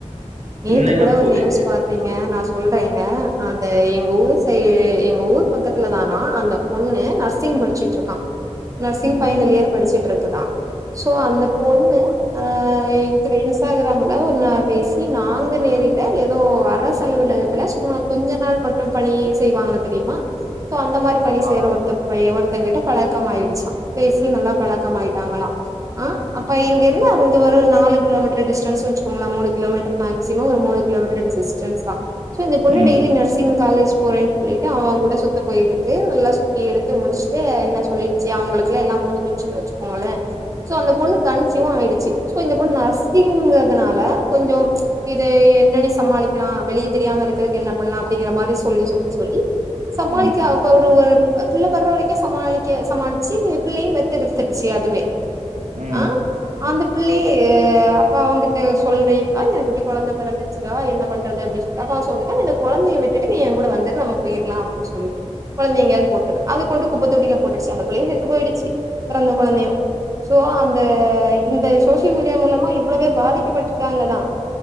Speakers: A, on the right; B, on the right.
A: நேத்து
B: என்னங்க
A: கூட ஒரு
B: போய்
A: நியூஸ் பாத் தேங்க நா சொல்றேங்க அந்த எங்க ஊர் சைடு எங்க ஊர் பக்கத்துல தானா அந்த பொண்ணு நர்சிங் படிச்சிட்டு இருக்கா நர்சிங்
B: ம்.
A: பைனல் இயர் படிச்சிட்டு இருக்குதா சோ அந்த பொண்ணு ஆ இதுல இன்ஸ்டாகிராம்ல ஒரு நாள் பேசி நாங்கு நேரில ஏதோ அரசு அலுவலக த்துல சும்மா கொஞ்ச நாள் மட்டு பணியை செய்வாங்க தெரியுமா சோ அந்த மாரி பணி சேர
B: ஆமா.
A: ஒருத்த ஒருத்தங்ககிட்ட பழக்கம் ஆயிடுச்சா பேசி நல்லா பழக்கம் ஆயிட்டாங்களா ஆ அப்ப இங்க இருந்து அங்க ஒரு நாலு கிலோமீட்டர் டிஸ்டன்ஸ் வெச்சுக்கோங்களா மூனு கிலோமீட்டர் மேக்சிமம் ஒரு மூணு கிலோமீட்டர் டிஸ்டன்ஸ்தா சோ அந்த பொண்ணு
B: ம்.
A: டெய்லி நர்சிங் காலேஜ் போறேன்னு சொல்லிட்டு அவன் கூட சுத்த போயிருக்கு நல்லா சுத்தி எடுத்து முடிச்சுட்டு என்ன சொல்லி ச்சு அவங்களுக்குல்லா எல்லா முடிஞ்சுச்சுன்னு வெச்சுக்கோங்களே சோ அந்த பொண்ணு கன்சிவு ஆயிடுச்சு சோ இந்த பொண்ணு நர்சிங்கிறதுனால கொஞ்சோ இத என்னன்னு சமாளிக்கலா வெளியே தெரியாம இருக்கிறதுக்கு என்ன பண்லா அப்டிங்கிற மாரி சொல்லி சொல்லி சொல்லி சமாளிக்கா
B: ம்.
A: <unintelligible> பிள்ள பெற்ற வரைக்கு சமாளிக்க சமாளிச்சு பிள்ளையு பெத்தெடுத்துடுச்சு அதுவே
B: ம்
A: ஆ அந்த பிள்ளையே அப்ப அவங்கிட்ட சொல்லி எனக்கு இப்ப கொழந்த பெறந்துச்சுட்டுடா என்ன பண்றது அப்டி அப்ப அவ சொல்லிருக்கா இந்த கொழந்தைய விட்டு நீ ஏ கூட வந்துடு நம்ம போயிடலா சொினு சொல்லிட்டு கொழந்தைய எங்கையாவது போட்டுறு அது கொண்டு குப்ப தொட்டில போட்டுச்சு அந்த பிள்ளையே செத்து போயிடுச்சு பெறந்த கொழந்தையு சோ அந்த இந்த சோசியல் மீடியா மூலமா இவ்ளோ பேர் பாதிக்கப்பட்டிருக்காங்கதா